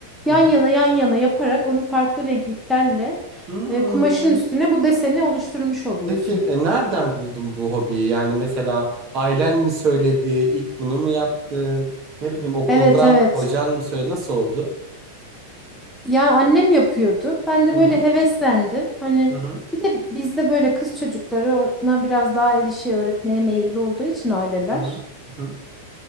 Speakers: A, in the centre; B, on the right.
A: yan
B: Hı hı.
A: yana yan yana yaparak onu farklı renk iplerle
B: Hmm.
A: e, kumaşın üstüne bu deseni oluşturmuş oluyorsun.
B: Peki e, nereden buldun bu hobiyi? Yani mesela ailen mi söyledi? İlk bunu mu yaptın? Ne bileyim okulda
A: Evet evet.
B: hocan mı söyledi? Nasıl oldu?
A: Ya annem yapıyordu. Ben de
B: Hı
A: böyle
B: hı.
A: heveslendim. Hani
B: Hı hı.
A: bir de bizde böyle kız çocuklarına biraz daha el işi öğretmeye meyilli olduğu için aileler.
B: Hı hı. Hı hı.